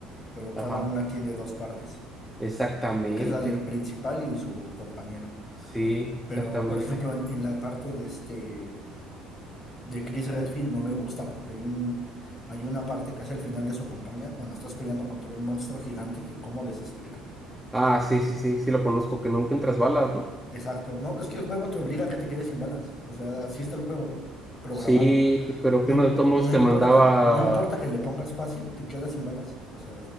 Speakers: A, on the left; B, in the centre.
A: pero cada
B: Ajá,
A: una tiene dos partes.
B: exactamente.
A: porque es la del principal y su compañero.
B: Sí,
A: Pero,
B: exactamente.
A: por ejemplo, en, en la parte de este de Chris Redfield no me gusta porque hay un hay una parte casi al final de su campaña cuando estás peleando contra un monstruo gigante que cómo desespera.
B: Ah, sí, sí, sí, sí lo conozco, que no encuentras balas, ¿no?
A: Exacto, no, es que el juego te obliga a que te quedes sin balas. O sea, así está el juego programado.
B: Sí, pero
A: No,
B: que uno
A: im-
B: de todos modos
A: no
B: te
A: importa,
B: mandaba
A: no importa que le pongas fácil, te quedas sin balas. O sea,